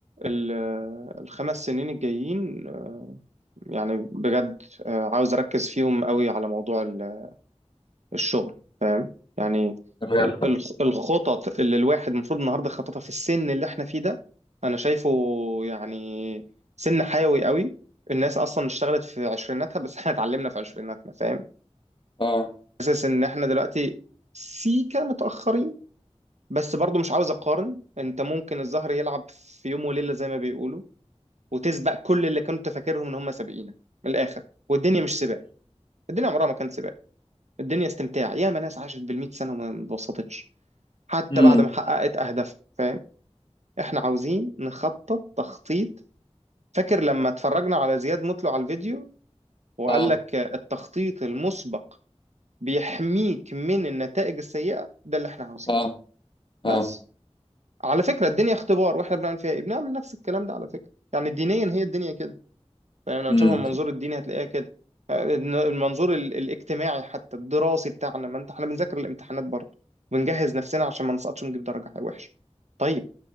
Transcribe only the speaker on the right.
ال- الخمس سنين الجايين يعني بجد آه، عاوز أركز فيهم قوي على موضوع ال- الشغل فاهم يعني
ال- ال- الخطط اللي الواحد المفروض النهارده خططها في السن اللي احنا فيه ده أنا شايفه يعني سن حيوي قوي الناس أصلا اشتغلت في عشريناتها بس <laughs> احنا اتعلمنا في عشريناتنا فاهم
حاسس إن احنا دلوقتي سيكا متأخرين بس برضو مش عاوز أقارن أنت ممكن الزهر يلعب في يوم وليلة زي ما بيقولوا وتسبق كل اللي كنت فاكرهم ان هم سابقينك من الاخر والدنيا مش سباق الدنيا عمرها ما كانت سباق الدنيا استمتاع ياما ناس عاشت بالمئة سنة وما انبسطتش حتى
بعد ما حققت اهدافها فاهم احنا عاوزين نخطط تخطيط فاكر لما اتفرجنا على زياد مطلع على الفيديو وقال
لك التخطيط المسبق بيحميك من النتائج السيئة ده اللي احنا عاوزينه
بس
على فكرة الدنيا اختبار واحنا بنعمل فيها ايه بنعمل نفس الكلام ده على فكرة يعني دينيا هي الدنيا كده فاهم لو
تشوفها من منظور الديني هتلاقيها كده المنظور ال- الاجتماعي حتى الدراسي بتاعنا ما انت احنا بنذاكر الامتحانات برضه بنجهز نفسنا عشان ما نسقطش ونجيب درجة وحشة طيب